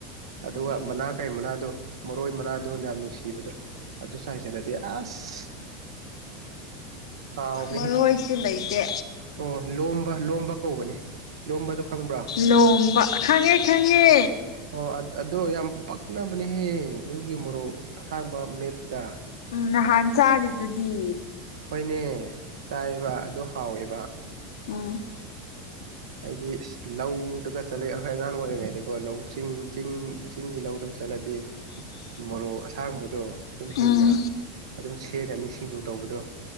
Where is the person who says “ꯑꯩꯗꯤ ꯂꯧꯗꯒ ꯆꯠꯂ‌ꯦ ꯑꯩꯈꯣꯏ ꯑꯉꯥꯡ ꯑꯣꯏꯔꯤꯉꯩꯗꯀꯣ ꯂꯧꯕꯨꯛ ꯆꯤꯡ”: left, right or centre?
Right